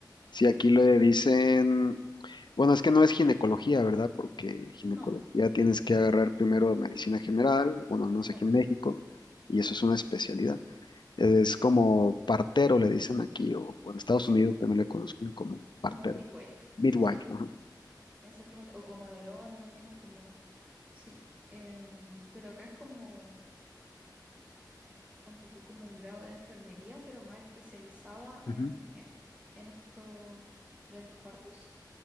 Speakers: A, on the left; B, on the right.
A: Sí, aquí le dicen, bueno, es que no es ginecología, ¿verdad? Porque ginecología
B: No,
A: tienes que agarrar primero medicina general, bueno, al menos
B: exacto.
A: aquí en México, y eso es una especialidad. Es
B: Sí,
A: como partero, le dicen aquí, o, o en Estados
B: sí,
A: Unidos también le conocen como partero,
B: como midwife.
A: midwife,
B: Sí,
A: ajá.
B: exactamente. O comadrona, tienen como, sí. Em, pero acá es como, es- ponte tú como un grado de enfermería, pero más especializada
A: Ujú.
B: en, en, en esto de los partos.